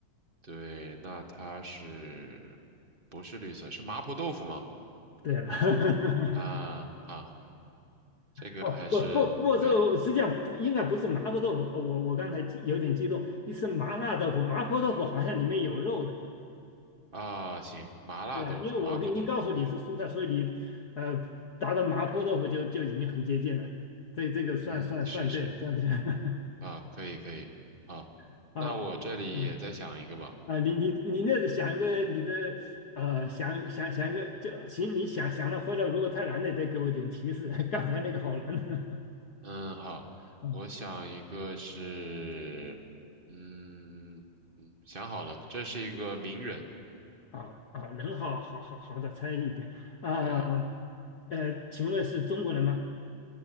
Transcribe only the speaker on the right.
对，那它是不是绿色？是麻婆豆腐吗？
啊，好，这个还是对。
啊，行，麻辣豆腐，
麻婆豆腐，对，
嗯，是是，
啊，可以可以，好，
那我这里也再想一个吧，
嗯，好，
我想一个是，嗯嗯，想好了，这是一个名人，
对，